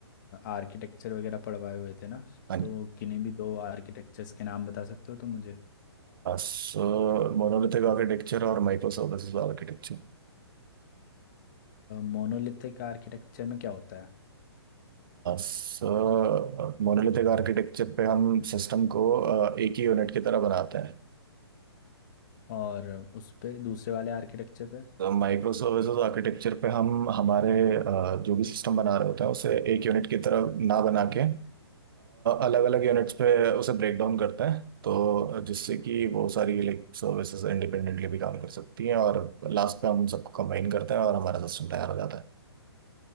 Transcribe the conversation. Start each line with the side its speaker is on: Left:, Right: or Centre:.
Left: आर्किटेक्चर वगैरह पढ़वाए हुए थे ना
Right: हाँ जी।
Left: तो किन्हीं भी दो आर्किटेक्चर्स के नाम बता सकते हो तो मुझे
Right: सो मोनोलिथिक आर्किटेक्चर और micro services architecture
Left: मोनोलिथिक आर्किटेक्चर में क्या होता है
Right: So monolithic architecture पे हम सिस्टम को uh, एक ही यूनिट की तरह बनाते हैं
Left: और उस पे दूसरे वाले आर्किटेक्चर पे
Right: माइक्रो सर्विसेज आर्किटेक्चर पे हम हमारे अ, जो भी सिस्टम बना रहे होते हैं उसे एक यूनिट की तरह ना बना के अलग अलग यूनिट्स पे उसे ब्रेक डाउन करते हैं तो जिससे कि वो सारी लाइक सर्विसेज इंडिपेंडेंटली भी काम कर सकती हैं और लास्ट पे हम उन सबको कंबाइन करते हैं और हमारा सिस्टम तैयार हो जाता है